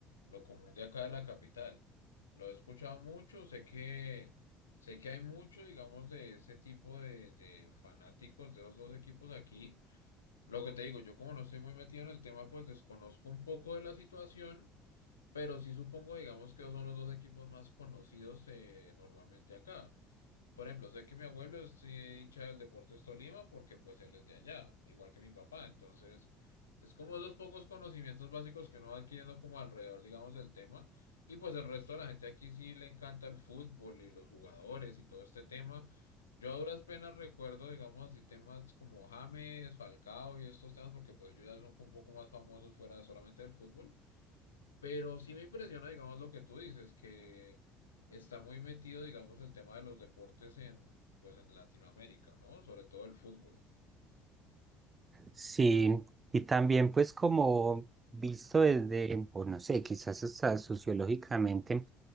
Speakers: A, on the left; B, on the right.
A: lo común de acá de la capital. Lo he escuchado mucho, sé que, sé que hay mucho, digamos, de ese tipo de, de fanáticos de los dos equipos aquí. Lo que te digo, yo como no estoy muy metido en el tema, pues desconozco un poco de la situación, pero sí supongo, digamos, que son los dos equipos más conocidos eh, normalmente acá. Por ejemplo, sé que mi abuelo es eh, hincha del Deportes Tolima porque pues él es de allá, igual que mi papá. Entonces, es como esos pocos conocimientos básicos que uno va adquiriendo como alrededor, digamos, del tema. Y pues el resto de la gente aquí sí le encanta el fútbol y los jugadores y todo este tema. Yo a duras penas recuerdo, digamos así, temas como James, Falcao y estos temas porque pues ellos ya son un poco más famosos fuera solamente del fútbol. Pero sí me impresiona, digamos, lo que tú dices, que está muy metido, digamos, el tema de los deportes en, pues, en Latinoamérica, ¿no? Sobre todo el fútbol.
B: Sí, y también pues como visto desde, o no sé, quizás hasta sociológicamente,